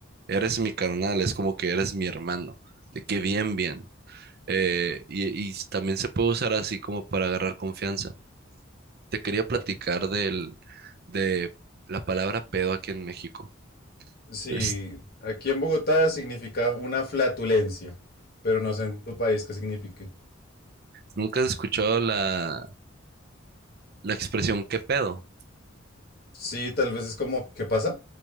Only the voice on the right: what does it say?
eres mi carnal, es como que eres mi hermano. De que bien, bien. eh, y, y también se puede usar así como para agarrar confianza. Te quería platicar
del, de la palabra pedo aquí en México.
Es-
¿nunca has escuchado la, la expresión qué pedo?